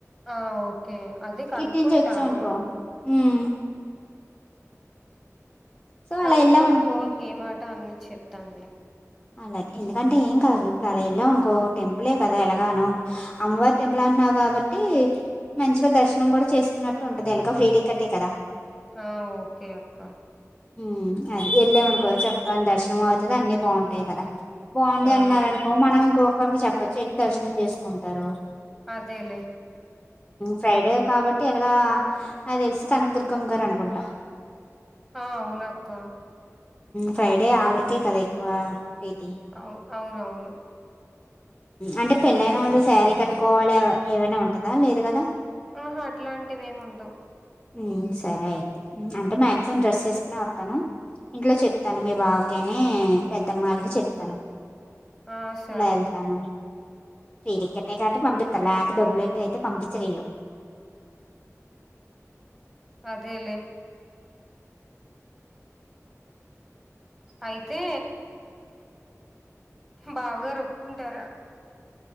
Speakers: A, in the centre; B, on the left.
A: ఆ ఓకే అదే కనుక్కుంటాను
B: ఇట్ంచి వచ్చనుకో ఉమ్ సో
A: కనుక్కొని
B: అలా వెళ్ళాం అనుకో
A: మీక ఏ మాట అన్న చెప్తానులే
B: అలాగే ఎందుకంటే ఏం కాదు ఇప్పుడు అలా వెళ్ళాం అనుకో టెంపులే కదా ఎలాగానో అమ్మవారి టెంపుల్ అంట న్నావు కాబట్టి మంచిగా దర్శనం కూడా చేసుకున్నట్టు ఉంటది ఎలాగ ఫ్రీ టికెటే కదా
A: ఆ ఓకే అక్కా
B: ఉ అది వెళ్ళామనుకో చక్కగా దర్శనం అవుతది అన్ని బాగుంటాయి కదా బాగుంది
A: ఆ
B: అన్నారు అనుకో మనం ఇంకొకరికి చెప్పచ్చు వెళ్ళి దర్శనం చేసుకుంటారు
A: అదేలేే
B: ఫ్రైడే కాబట్టి ఎలాగ నా తెలిసి కనకదుర్గం గారు అనుకుంటా
A: హా అవునక్క
B: ఫ్రైడే ఆవిడికే కదా ఎక్కువ ప్రీతి
A: అవు అవునవును
B: అంటే పెళ్ళైన వాళ్ళు శారీ కట్టుకోవాలి ఏవైనా ఉంటదా లేదు కదా
A: ఆహా అట్లాంటివి ఏమి ఉండవు
B: ఉమ్ సరే అయితే అంటే మ్యాక్సిమం డ్రెస్ వేసుకునే వస్తాను ఇంట్లో చెప్తాను మీ బావ అకేనే పెద్దమ్మలకి చెప్తాను
A: ఆ సరే
B: ఇలా వెళ్తానని ఫ్రీ టికెట్ కాబట్టే పంపితలే అది డబ్బులట్ అయితే పంపించడిలు
A: అదేలేే అయితే బావగారు ఒప్పుకుంటారా